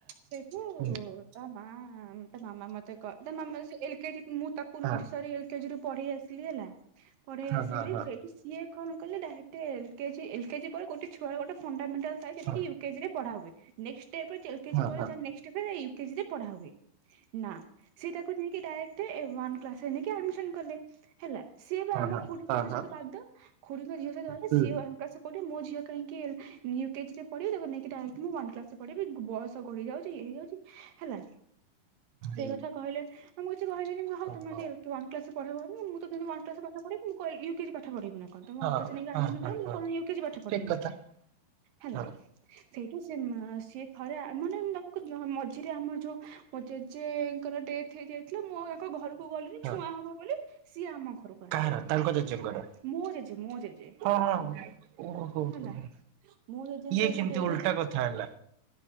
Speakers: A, on the right; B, on the right.
A: ସେଠୁ
B: ହୁଁ
A: ତା ମା ତା ମାମା ମତେ ତା ମାମ ଏଲ କେଜି ମୁଁ ତାକୁ
B: ହଁ
A: ନର୍ସରୀ ଏଲ କେଜି ରୁ ପଢ଼େଇ ଆସିଲି ହେଲା। ପଢ଼େଇ
B: ହଁ
A: ଆସିଲି
B: ହଁ
A: ସେଇଠୁ ସିଏ କଣ କଲେ direct L KG L KG ପରେ ଗୋଟେ ଛୁଆ ଗୋଟେ ଫଣ୍ଡାମେଣ୍ଟାଲ ଲ ଥାଏ ଯୋଟା
B: ହଁ
A: କି ୟୁ କେଜି ରେ ପଢ଼ା ହୁଏ। ନେକ୍ସଟ୍ ଷ୍ଟେପରେ ଏଲ କେଜି
B: ହଁ
A: ପରେ
B: ହଁ ହଁ
A: ଯାର ନେକ୍ସଟ୍ ୟୁ କଜିରେ ପଢ଼ା ହୁଏ। ନା ସେଇଟା ସେ ତାକୁ ନେଇକି ଡାଇରେକ୍ଟ ଏ ୱାନ କ୍ଲାସ୍ ରେ ନେଇ କି ଆଡମିଶନ୍ କଲେ, ହେଲା ସିଏ ଭି
B: ହଁ
A: ଆମ ଖୁଡ଼ିଙ୍କ
B: ହଁ
A: ଝିଅ
B: ହଁ ହଁ
A: ସହିତ ବାଦ ଖୁଡ଼ିଙ୍କ ଝିଅ ସହିତ ବାଦ
B: ହୁଁ
A: ସିଏ ସେ କହୁଛି ମୋ ଝିଅ କାହିଁକି ୟୁ କେଜି ରେ ପଢ଼ିବ ତାକୁ ନେଇକି ଡାଇରେକ୍ଟ ନେଇ କି ମୁଁ ୱାନ କ୍ଲାସ୍ ରେ ପଢ଼େଇବି ବୟସ ସ ଗଡିଯାଉଛି ୟେ ହେଇଯାଉଛି, ହେଲା ସେଇ
B: ଏଇ
A: କଥା କହିଲେ ଆଉ ମୁଁ କିଛି କହିିଲିନି ହଉ
B: ହଁ
A: ତମ
B: ହଁ
A: ଯଦି ୱାନ କ୍ଲାସ୍ ରେ ପଢେଇବ ଯଦି ମୁଁ ତ ୱାନ୍ କ୍ଲାସ୍ ପାଠ ପଢେଇବି ମୁଁ ୟୁ କେଜି ପାଠ ପଢେଇବି ନା କଣ? ତମେ ୱାନ
B: ହଁ
A: କ୍ଲାସ୍ ରେ ନେଇକି ଆଡମିଶନ୍
B: ହଁ ହଁ
A: କରିବ ମୁଁ
B: ହଁ
A: କଣ ୟୁ କେଜି ପାଠ ପଢେଇବି
B: ଠିକ କଥା
A: ହେଲା।
B: ହଁ
A: ସେଇଠୁ ସେ ସିଏ ଥରେ ମାନେ ମୁଁ ତା ମଝିରେ ଆମର ଯୋଉ ମୋ ଜେ ଜେଜେଙ୍କର ଡେଥ ହେଇଯାଇ ଇଥିଲା ମୁଁ ତାଙ୍କ ଘରକୁ ଗଲିଣିି
B: ହଁ
A: ଛୁଆଁ ହବ ବୋଲି ସିଏ ଆମ ଘରକୁ ଆସେ।
B: କାହାର ତାଙ୍କ ଜେଜେଙ୍କର?
A: ମୋ ଜେଜେ ମୋ ଜେଜେ।
B: ଓ ହଁ। ଓହୋ
A: ହେଲା
B: ହୋ
A: ମୋ ଜେଜେଙ୍କର
B: ଇଏ କେମିତି
A: ଯୋଉ
B: ଉଲଟା
A: ଡେଥ
B: କଥା ହେଲା